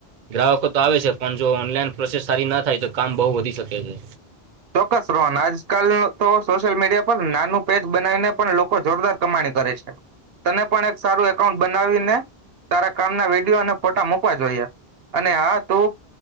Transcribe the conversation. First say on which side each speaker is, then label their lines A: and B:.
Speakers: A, on the right (about 50°); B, on the right (about 70°).
A: ગ્રાહકો તો આવે છે પણ જો ઓનલાઈન પ્રોસેસ સારી ના થાય તો કામ બહુ વધી શકે છે.
B: ચોક્કસ રોહન આજકાલ તો સોશિયલ મીડિયા પર નાનું પેજ બનાવીને પણ લોકો જોરદાર કમાણી કરે છે તને પણ એક સારું એકાઉન્ટ બનાવીને તારા કામના વિડિયો અને ફોટા મૂકવા જોઈએ અને હા તું